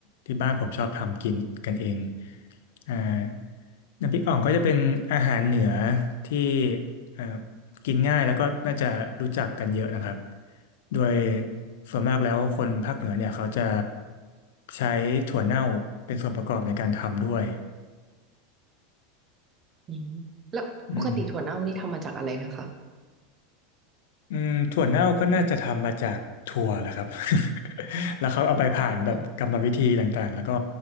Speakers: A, on the left (about 75°); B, on the right (about 25°).
A: ที่บ้านผมชอบทำกินกันเอง อ่าน้ำพริกอ่องก็จะเป็นอาหารเหนือที่เอ่อกินง่ายแล้วก็น่าจะรู้จักกันเยอะนะครับโดยส่วนมากแล้วคนภาคเหนือเนี่ยเขาจะใช้ถั่วเน่าเป็นส่วนประกอบในการทำด้วย
B: อืมแล้วปกติถั่วเน่านี่ทำมาจากอะไรนะคะ
A: อืมอืมถั่วเน่าก็น่าจะทำมาจากถั่วแหละครับ <laughs> แล้วเขาเอาไปผ่านแบบกรรมวิธีต่างๆแล้วก็
B: อืมถั่ว